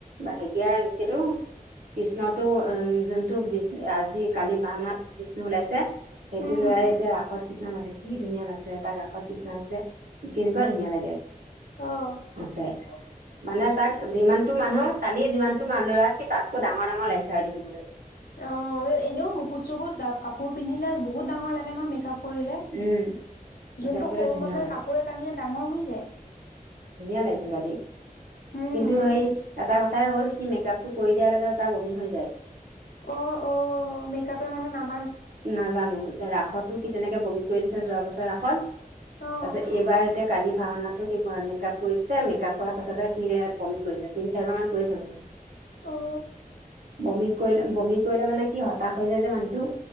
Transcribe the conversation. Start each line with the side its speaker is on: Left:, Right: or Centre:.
Right: হাৰিয়া কিতু। কৃষ্ণটো উম যোনটো বিষ্ণু আজি কালি ভাওনাত বিষ্ণু ওলাইছে সেইটো
Left: উম,
Right: ল'ৰা। তাই এতিয়া ৰাসত কৃষ্ণ নাচে। কি ধুনীয়া নাচে তাৰ কাষত কৃষ্ণ নাচিলে কেনেকুৱা ধুনীয়া লাগে
Left: অ'।
Right: নাচে। মানে তাক যিমানতটো মানুহ কালি যিমানতটো মানুহ ল'ৰা সি তাতকৈ ডাঙৰ ডাঙৰ লাগিছে আৰু দেখিবলৈ।
Left: অ' এনেও মুকুত চুকুত কাপোৰ পিন্ধিলে বহুত ডাঙৰ লাগে নহয় মেকআপ। কৰিলে।
Right: উম মেকআপ
Left: যোনটো
Right: কৰিলে
Left: সৰু
Right: ধুনীয়া
Left: মানুহে
Right: হয়
Left: কাপোৰে কানিয়ে ডাঙৰ হৈ যায়।
Right: ধুনীয়া লাগিছে কালি।
Left: হুম,
Right: কিন্তু সেই এটা কথা কথাই হ'ল সি মেকাআপটো কৰি দিয়াৰ লগে লগে তাৰ বমি হৈ যায়।
Left: অ' অ' মেকআপৰ মানে নাম।
Right: নাজানো যে ৰাসতো সি তেনেকে বমি কৰি দিছে যোৱা বছৰ ৰাসত।
Left: অ',
Right: তাৰপিছত এইবাৰ এতিয়া কালি। ভাওনাটো সি মেকআপ কৰি দিছে মেকআপ কৰাৰ পাছতে সি বমি কৰিছে তিনি চাৰিবাৰ মান কৰিছে বমি।
Left: অ'হ।
Right: বমি কৰিলে বমি কৰিলে মানে কি হতাশ হৈ যায় যে মানুহটো।